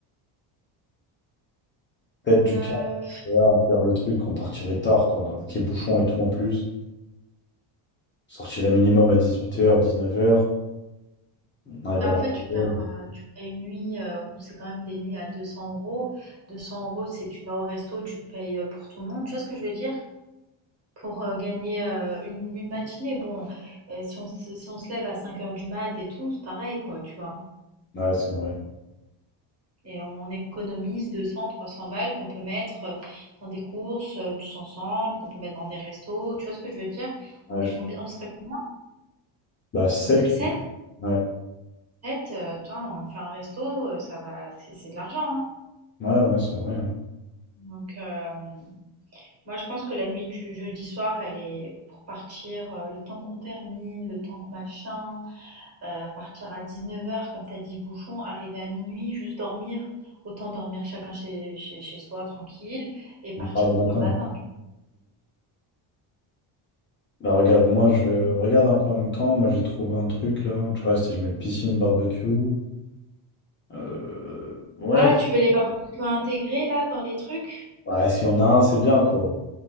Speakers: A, on the left; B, on the right.
A: Peut-être du
B: Euh,
A: 15, tu vois, on perd le truc, on partirait tard, quoi, avec les bouchons et tout en plus. On sortirait minimum à 18h, 19h. On arrive
B: Mais en
A: à 22
B: fait, tu perds,
A: heures
B: heu, tu payes une nuit, heu, où c'est quand même des nuits à 200 €. 200 euros deux cents euros, c'est tu vas au resto, tu payes, heu, pour tout le monde. Tu vois ce que je veux dire? Pour, heu, gagner, heu, une une matinée, bon, heu, si on se si on se lève à cinq heures du mat et tout, c'est pareil quoi, tu vois?
A: Ouais, c'est vrai.
B: Et on économise 200-300 balles qu'on peut mettre, heu, dans des courses, heu, tous ensemble, qu'on peut mettre dans des restos. Tu vois ce que je veux dire?
A: Ouais,
B: On est
A: je-
B: combien on serait combien?
A: Bah, sept
B: On serait sept
A: du coup. Ouais,
B: sept euh, tiens, on fait un resto, heu, ça va c'est c'est de l'argent, hein.
A: ouais, ouais, c'est vrai. hein.
B: Donc, hem Moi, je pense que la nuit du jeudi soir, elle est pour partir euh, le temps qu'on termine, le temps que machin, euh, partir à dix-neuf heures comme t'as dit, bouchon, arriver à minuit, juste dormir, autant dormir chacun chez, chez, chez soi, tranquille, et partir
A: On parle le matin.
B: tôt le matin.
A: Bah regarde, moi je regarde un peu en même temps. Moi j'ai trouvé un truc là. Tu vois, si je mets piscine, barbecue. Euh, ouais,
B: Ah, tu veux les barbecues à intégrer là dans les trucs?
A: ouais, si on a un, c'est bien quoi.